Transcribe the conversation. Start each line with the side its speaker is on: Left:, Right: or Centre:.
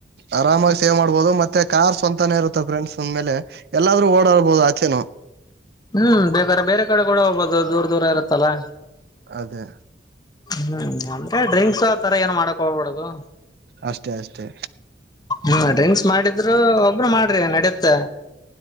Right: ಆರಾಮಾಗಿ ಸೇವ್ ಮಾಡ್ಬೋದು ಮತ್ತೆ ಕಾರ್ ಸ್ವಂತನೇ ಇರುತ್ತೆ ಫ್ರೆಂಡ್ಸ್ ಅಂದ ಮೇಲೆ ಎಲ್ಲಾದ್ರೂ ಓಡಾಡ್ಬಹುದು ಆಚೆನು
Left: ಹ್ಮ್ ಬೇಕಾದ್ರ ಬೇರೆ ಕಡೆ ಕೂಡ ಹೋಗ್ಬೋದು ದೂರ ದೂರ ಇರತ್ತಲ್ಲಾ
Right: ಅದೇ
Left: ಹ್ಮ್ ಅೆ ಡ್ರಿಂಕ್ಸ್ ಆ ತರ ಏನು ಮಾಡಕ ಹಳ್ಬಿಡದು
Right: ಅಷ್ಟೇ ಅಷ್ಟೇ
Left: ಹ್ಮ ಡ್ರಿಂಕ್ಸ್ ಮಾಡಿದ್ರು ಒಬರು ಮಾಡ ರಿ ನಡುತ್ತಾ